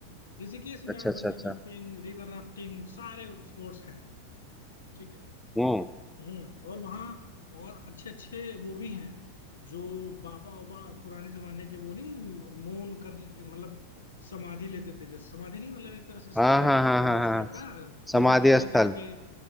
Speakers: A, on the left; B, in the centre.
A: ऋषिकेश में
B: अच्छा
A: आप
B: अच्छा
A: बंजी
B: अच्छा
A: जंपिंग रिवर राफ्टिंग सारे स्पोर्ट्स हैं ठीक है
B: हम्म
A: हम्म और वहाँ और अच्छे अच्छे वो भी हैं जो बाबा बाबा पुराने जमाने के वो नहीं मौन कर मतलब समाधि लेते थे जैसे समाधि नहीं मतलब एक तरह से सं
B: हाँ हाँ हाँ
A: वो
B: हाँ
A: उस
B: हाँ
A: टाइप
B: हाँ।
A: का
B: समाधि
A: गुफा के अंदर
B: स्थल
A: जाके